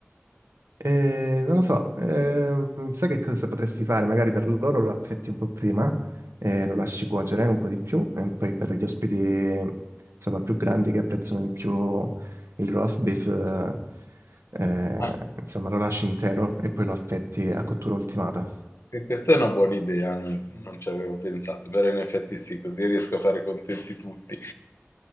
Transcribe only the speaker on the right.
Eh, non lo so, ehm, sai che cosa potresti fare? Magari per loro lo affetti un po' prima, eh, lo lasci cuocere un po' di più, e poi per gli ospiti, insomma, più grandi che apprezzano di più il roast beef, eh, eh,
insomma, lo lasci intero e poi lo affetti a cottura ultimata.